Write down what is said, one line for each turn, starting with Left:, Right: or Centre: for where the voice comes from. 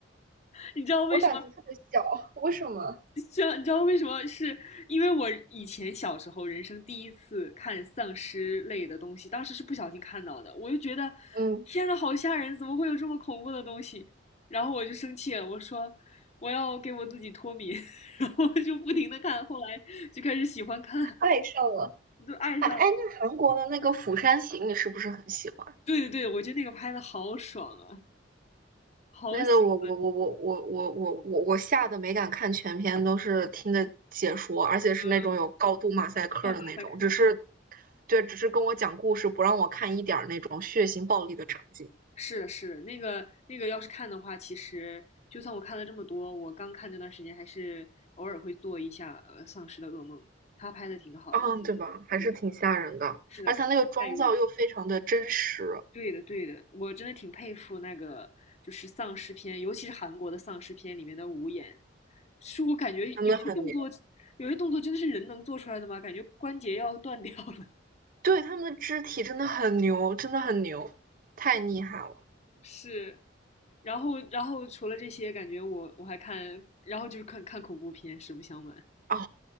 Left: 你知道为什么
Right: 我胆子特别小，为什么？
Left: <laughs> 知道你知道为什么？是因为我以前小时候人生第一次看丧尸类的东西，当时是不小心看到的，我就觉得
Right: 嗯，
Left: 天呐，好吓人！怎么会有这么恐怖的东西？然后我就生气了，我说我要给我自己脱敏，<laughs> 然后就不停的看，后来就开始喜欢看，
Right: 爱上了。
Left: 就爱上了
Right: 哎哎，那韩国的那个《釜山行》，你是不是很喜欢？
Left: 对对对，我觉得那个拍的好爽啊，好喜
Right: 那个我我我我我我我我我吓得没敢看全篇，都是听的解说，而且是那种有高度马赛克的那种，
Left: 欢，嗯，嗯马赛克。
Right: 只是对，只是跟我讲故事，不让我看一点儿那种血腥暴力的场景，
Left: 是的，是的，那个那个，要是看的话，其实就算我看了这么多，我刚看那段时间还是偶尔会做一下呃《丧尸的噩梦》，他拍的挺好的，
Right: 嗯，对吧？还是挺吓人的，
Left: 嗯嗯，是的，
Right: 而且它那个妆造又非常的真实，
Left: 代入，对的对的，我真的挺佩服那个就是丧尸片，尤其是韩国的丧尸片里面的武演，是我感觉有些动作，
Right: 真的很牛。
Left: 有些动作真的是人能做出来的吗？感觉关节要断掉了，
Right: 对，他们的肢体真的很牛，真的很牛，太厉害了。
Left: <laughs> 是。然后，然后除了这些，感觉我我还看，然后就是看看恐怖片，实不相瞒。
Right: 哦，